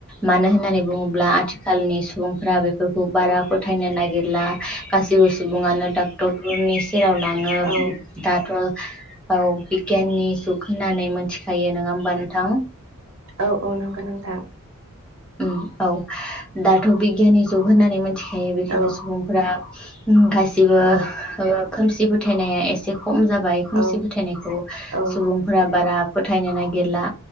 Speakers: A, in the centre; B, on the right.
A: मानो होननानै बुङोब्ला आथिखालनि सुबुंफोरा बि बारा
B: औ
A: फोथायनो नागिर ला गासिबो सुबुंआनो डाक्टर उननिस सेराव लाङो
B: औ
A: दाथ' औ बि <unintelligible> होननानै मिथिखायो नङा होमबा नोंथां
B: औ औ नंगौ नोंथां
A: उम औ दाथ' बिगियाननि जुग होननानै मिथि यो बेखायनो
B: औ
A: सुबुंफोरा गासिबो
B: औ
A: खोमसि फोथायनाया एसे खम जाबाय खोमसि
B: औ
A: फोथायनायखौ
B: औ
A: सुबुंफोरा बारा फोथायनो नागिरला